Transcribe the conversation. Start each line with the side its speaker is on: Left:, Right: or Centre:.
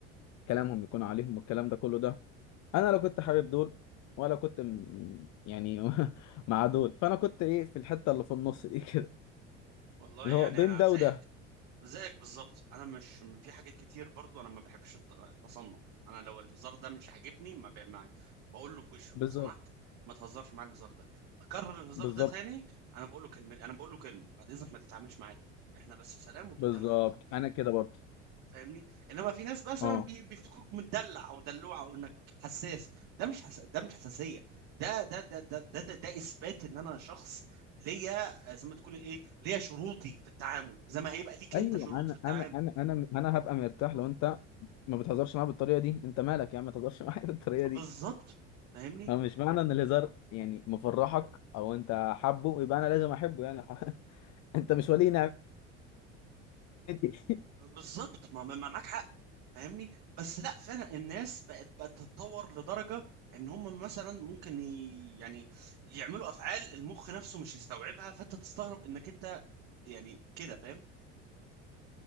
Left: كلامهم يكون عليهم والكلام ده كله ده انا لو كنت حابب دول ولا كنت م... يعني <laughs> مع دول فانا كنت ايه في الحته اللي في النص دي كده
Right: والله
Left: اللي
Right: يعني
Left: هو بين
Right: انا
Left: ده
Right: زيك
Left: وده
Right: زيك بالظبط انا مش في حاجات كتير برضو انا ما بحبش الت- التصنع انا لو الهزار ده مش عاجبني ما ب... ما... بقول له في وشه
Left: بالظبط
Right: لو سمحت ما تهزرش معايا الهزار ده اكرر الهزار
Left: بالظبط
Right: ده تاني انا بقول له كلمه انا بقول له كلمه بعد اذنك ما تتعاملش معايا تاني احنا بس سلام وتوكلنا
Left: بالظبط
Right: على الله
Left: انا كده برضه
Right: فاهمني انما في ناس مثلا
Left: اه
Right: بي- بيفتكروك مدلع او دلوع او انك حساس ده مش حس... ده مش حساسيه ده ده ده ده ده, ده, ده اثبات ان انا شخص ليا آه، زي ما تقول ايه ليا شروطي في التعامل زي ما هيبقى ليك
Left: ايوه
Right: انت شروط
Left: انا
Right: في التعامل
Left: انا انا انا انا هبقى مرتاح لو انت ما بتهزرش معايا بالطريقه دي انت مالك يا عم ما تهزرش معايا <laughs> بالطريقه دي
Right: بالظبط فاهمني
Left: ما هو مش معنى ان الهزار يعني مفرحك او انت حابه يبقى انا لازم احبه يعني <laughs> انت مش ولي نعمتي
Right: بالظبط ما ما ما- معاك حق فاهمني بس لا فعلا الناس بقت بقت تتطور لدرجه ان هم مثلا ممكن ي... يعني يعملوا افعال المخ نفسه مش يستوعبها فانت تستغرب انك انت يعني كده فاهم